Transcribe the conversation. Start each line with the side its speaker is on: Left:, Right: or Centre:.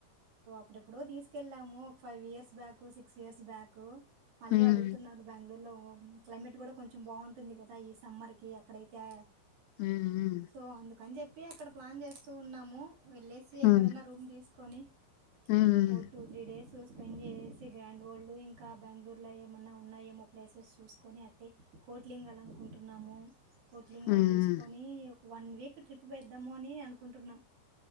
Right: అపుడెపుడో తీసుకెళ్ళాము ఒక five years back six years back మళ్ళీ
Left: ఉమ్,
Right: అడుగుతున్నారు బెంగళూరు లో ఓహో క్లైమేట్ కూడా కొంచెం బాగుంటుంది కదా ఈ సమ్మర్ కి అక్కడైతే కా
Left: ఉమ్, ఉమ్,
Right: సో అందుకని చెప్పి అక్కడ ప్లాన్ చేస్తూ ఉన్నాము వెళ్ళేసి ఎక్కడైనా
Left: ఉమ్.
Right: రూమ్ తీసుకు కొని
Left: హ్మ్
Right: ఓ టూ త్రీ డేస్ స్పెండ్ చేసి గ్రాండ్ వల్డ్ ఇం ఇంకా బెంగళూరులో ఏమైన్నా ఉన్నాయ ఏమో ప్లేస్ కొని అట్టే కోట్లింగాలు అనుకుంటున్నాము కోట్లింగాలు
Left: హ్మ్
Right: చూసుకొని ఒక వన్ వీక్ ట్రిప్ వెద్దాము అని అనుకుంటున్నాం